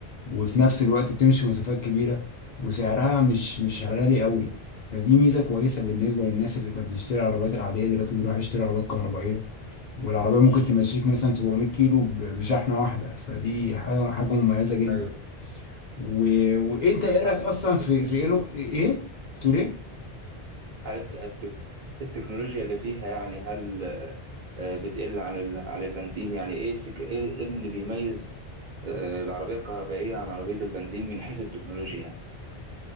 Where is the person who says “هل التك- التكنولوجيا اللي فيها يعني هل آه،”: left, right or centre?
Right